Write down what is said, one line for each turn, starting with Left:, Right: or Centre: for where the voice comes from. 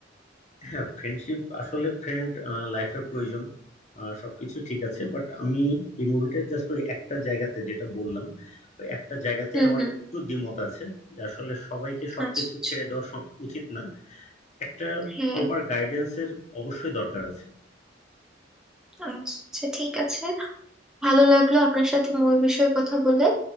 Left: হ্যাঁ ফ্রেন্ডশিপ আসলে ফ্রেন্ড লাইফে প্রয়োজন আহ, সবকিছু ঠিক আছে বাট আমি এই মুভিটা জাস্ট ওই একটা জায়গাতে যেটা বললাম ওই একটা জায়গাতে
Centre: হুম
Left: আমার
Centre: হুম
Left: একটু দ্বিমত আছে যে আসলে সবাইকে সবকিছু
Centre: আচ্ছা আচ্ছা।
Left: ছেড়ে দেওয়া সম- উচিত না একটা
Centre: হ্যাঁ
Left: প্রপার গাইডেন্সের অবশ্যই দরকার আছে
Centre: আচ্ছা আচ্ছা, ঠিক আছে ভালো লাগলো আপনার সাথে মুভির বিষয়ে কথা বলে